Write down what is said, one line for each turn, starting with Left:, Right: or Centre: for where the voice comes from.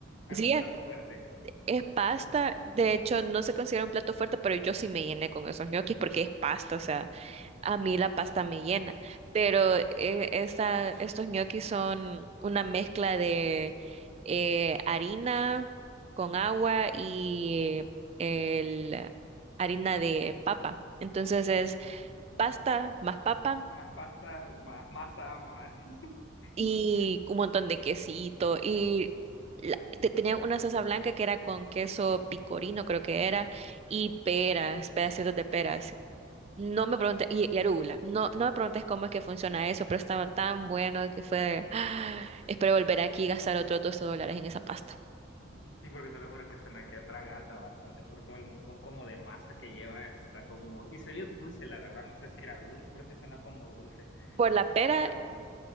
Left: algún
Right: Sí,
Left: plato fuerte.
Right: Es pasta, de hecho no se considera un plato fuerte, pero yo sí me llené con esos ñoquis porque es pasta, o sea, a mí la pasta me llena, pero eh, esta- estos ñoquis son una mezcla de eh, harina con agua y el, harina de papa, entonces es pasta más papa
Left: Más pasta, más masa, más... <laughs>
Right: y un montón de quesito y la- te- tenían una salsa blanca que era con queso picorino, creo que era, y peras, pedacitos de peras. No me preguntes, y, y arúgula, no, no me preguntes cómo es que funciona eso, pero estaba tan bueno que fue, ¡ah! espero volver aquí y gastar otros dos dólares en esa pasta.
Left: Sí, porque te lo juro que suena que atraganta bastante por todo el montón como de masa que lleva. Está como... Y se oye dulce, la verdad. No sé si era dulce, pero sí suena como dulce.
Right: Por la pera
Left: Por la comida.